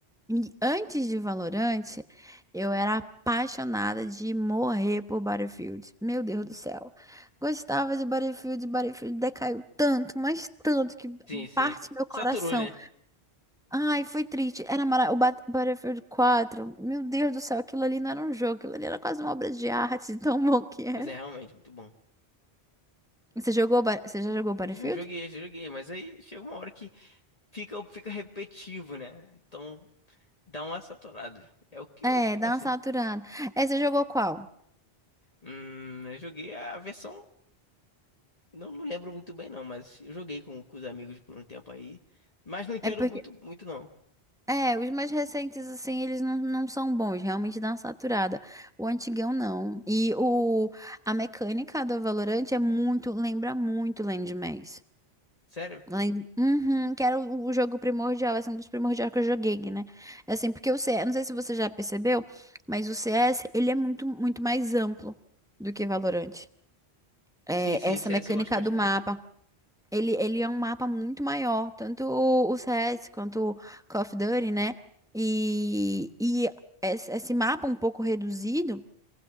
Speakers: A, in the centre; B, on the left.
A: E antes de Valorant, eu era apaixonada de morrer por Battlefield. Meu Deus do céu. Gostava de Battlefield, Battlefield decaiu tanto, mas tanto que
B: sim, sim.
A: parte meu coração.
B: Saturou, né?
A: Ai, foi triste. Era mara... o Bat- Battlefield 4. Meu Deus do céu, aquilo ali não era um jogo, aquilo ali era quase uma obra de arte, <laughs> de tão bom que era.
B: Mas é realmente muito bom.
A: Você jogou, Ba- você já jogou Battlefield?
B: Já joguei, já joguei, mas aí chega uma hora que fica, fica repetitivo, né? Então dá uma saturada. É o que,
A: É,
B: é o que,
A: dá
B: assim.
A: uma saturada. É, você jogou qual?
B: Hum, eu joguei a versão, não, não lembro muito bem não, mas eu joguei com, com os amigos por um tempo aí, mas não entendo
A: É porque
B: muito, muito não.
A: É, os mais recentes, assim, eles não, não são bons, realmente dá uma saturada. O antigão não. E o, a mecânica do Valorant é muito, lembra muito Land Maze.
B: Sério?
A: Land, uhum, que era o, o jogo primordial, assim, um dos primordiais que eu joguei, né? É Assim, porque o CS, não sei se você já percebeu, mas o CS, ele é muito, muito mais amplo do que Valorant. É,
B: Sim, sim,
A: essa
B: CS
A: mecânica
B: eu gosto bastante.
A: do mapa, ele, ele é um mapa muito maior, tanto o, o CS quanto o Call of Duty, né? E, e esse, esse mapa um pouco reduzido,